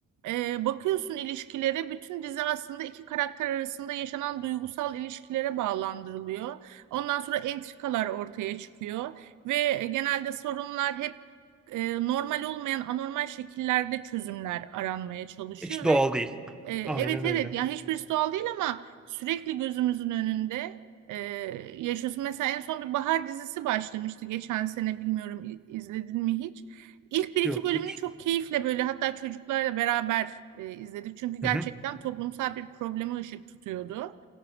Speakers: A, on the right (about 80°); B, in the centre.
A: e, bakıyorsun ilişkilere bütün dizi aslında iki karakter arasında yaşanan duygusal ilişkilere bağlandırılıyor. Ondan sonra entrikalar ortaya çıkıyor ve genelde sorunlar hep e, normal olmayan anormal şekillerde çözümler aranmaya çalışıyor
B: Hiç doğal
A: ve
B: değil.
A: e, evet
B: Aynen öyle.
A: evet ya hiçbirisi doğal değil ama sürekli gözümüzün önünde e, yaşıyorsun. Mesela en son bir bahar dizisi başlamıştı geçen sene bilmiyorum i- izledin mi hiç? İlk bir iki
B: Yok
A: bölümünü
B: hiç.
A: çok keyifle böyle hatta çocuklarla beraber e, izledik. Çünkü gerçekten
B: Hı hı.
A: toplumsal bir probleme ışık tutuyordu.